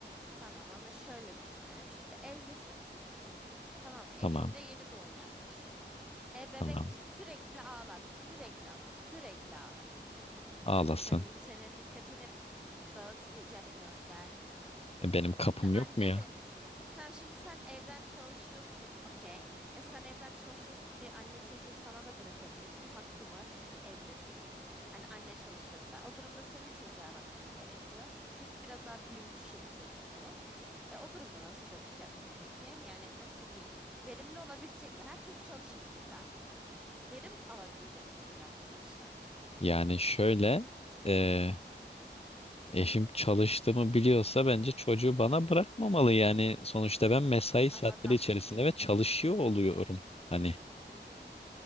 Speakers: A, in the centre; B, on the left.
A: tamam ama şöyle düşünelim. Şimdi evlisin. Tamam mı? Eşin
B: Tamam,
A: de yeni doğum yapmış. E bebek
B: tamam.
A: sürekli ağlar. Sürekli ama sürekli ağlar.
B: Ağlasın.
A: Senin bu senin dikkatini dağıtmayacak mı yani?
B: E, benim kapım
A: Şimdi anne
B: yok mu ya?
A: de Tamam şimdi sen evden çalışıyorsun. Okey. E sen evden çalışıyorsun diye anne çocuğu sana da bırakabilir ki hakkı var çünkü evdesin. Hani anne çalışıyorsa o durumda senin çocuğa bakman gerekiyor. Çocuk biraz daha büyümüş şekilde düşünelim. E, o durumda nasıl çalışacaksın peki? Yani nasıl bir verimli olabilecek mi? Her türlü çalışırsın da verim alabilecek misin yaptığın işten?
B: Yani şöyle eee, eşim çalıştığımı biliyorsa bence çocuğu bana bırakmamalı. Yani sonuçta ben mesai saatleri
A: Ama rah
B: içerisinde ve çalışıyor oluyorum. Hani
A: e,